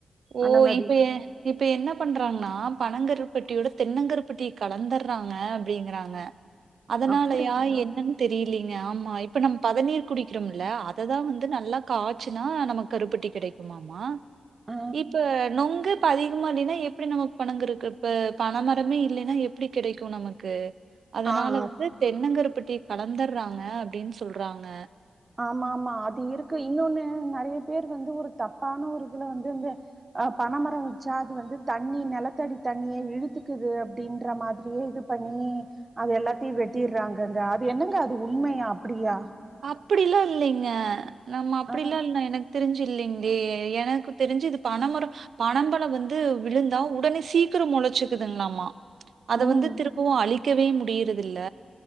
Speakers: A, on the right (about 80°); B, on the right (about 35°).
A: ஓ
B: அந்த மாரி
A: இப்ப எ இப்ப என்ன பண்றாங்னா பனங்கருப்பட்டியோட தென்னங்கருபட்டிய கலந்துடுறாங்க அப்டிங்கறாங்க அதனால
B: அப்டிங்களா?
A: யா என்னென் தெரியலீங்க ஆமா இப்ப நம் பதநீர் குடிக்கிறோம்ல அததா வந்து நல்லா காய்ச்சுனா நமக் கருப்பட்டி கெடைக்குமாமா
B: ஆ
A: இப்ப நொங்கு இப்ப அதிகமா இல்லைன்னா எப்டி நமக்கு பனங் கருக் இப் அஹ் பனமரமே இல்லைன்னா எப்டி கிடைக்கு நமக்கு அதனால
B: ஆ ஆ
A: வந்து தென்னங்கரப்பட் டி கலந்துடுறாங்க அப்டின் சொல்றாங்க
B: ஆமா ஆமா அது இருக்கு இன்னொன்னு அ நெறைய பேர் வந்து ஒரு தப்பான ஒரு இதுல வந்து இந்த அஹ் பனைமரோ வச்சா அது வந்து தண்ணி நெலத்தடி தண்ணிய இழுத்துக்குது அப்டின்ற மாரியே இது பண்ணி அது எல்லாத்தியு வெட்டிடுறாங்கங்க அது என்னங்க அது உண்மையா அப்டியா
A: அப்டிலா இல்லைங்க நம்ம அப்டி
B: ஆஹ்
A: இல்லா எனக் தெரிஞ் இல்லெங்ளே எனக்கு தெரிஞ்சு இது பனமர பனம்பழோ வந்து விழுந்தா உடனே சீக்கிரொ மொழைச்சுக்குதுங்களாமா அதை
B: உம்
A: வந்து திருப்பவு அழிக்கவே மு டியிறதில்ல